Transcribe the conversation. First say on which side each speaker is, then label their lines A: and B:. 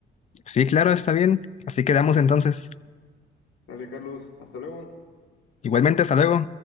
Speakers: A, on the left (about 35°); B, on the left (about 75°).
A: Sí, claro, está bien, así quedamos entonces.
B: Dale, Carlos, hasta luego.
A: Igualmente, hasta luego.